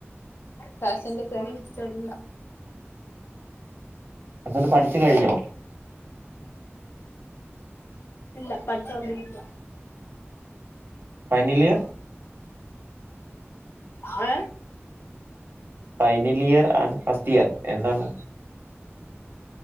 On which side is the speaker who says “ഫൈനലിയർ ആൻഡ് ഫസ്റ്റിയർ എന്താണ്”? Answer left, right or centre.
Right